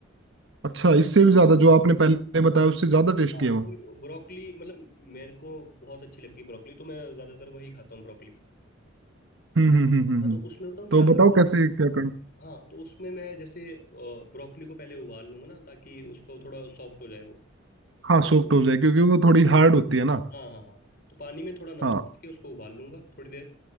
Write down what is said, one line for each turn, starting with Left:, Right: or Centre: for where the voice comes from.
Right: अच्छा इससे भी ज्यादा जो आपने पहले बताया उससे ज्यादा टेस्टी
Left: हाँ
Right: है वो
Left: क्योंकि ब्रोकली मतलब मेरे को बहुत अच्छी लगती है ब्रोकली तो मैं ज़्यादातर वही खाता हूँ ब्रोकली
Right: हम्म हम्म हम्म हम्म
Left: हाँ
Right: हम्म।
Left: तो उसमें बताऊँ
Right: तो
Left: क्या करता
Right: बताओ
Left: हूँ
Right: कैसे क्या करना
Left: हाँ तो उसमें मैं जैसे ब्रोकली को पहले उबाल लूंगा ना ताकि उसको थोड़ा सॉफ्ट हो जाए वो
Right: हाँ
Left: पानी
Right: सॉफ्ट
Left: में डाल-
Right: हो जाए क्योंकि वो थोड़ी हार्ड होती है ना
Left: के। हाँ हाँ हाँ तो पानी में थोड़ा नमक
Right: हाँ
Left: डाल के उसको उबाल लूंगा थोड़ी देर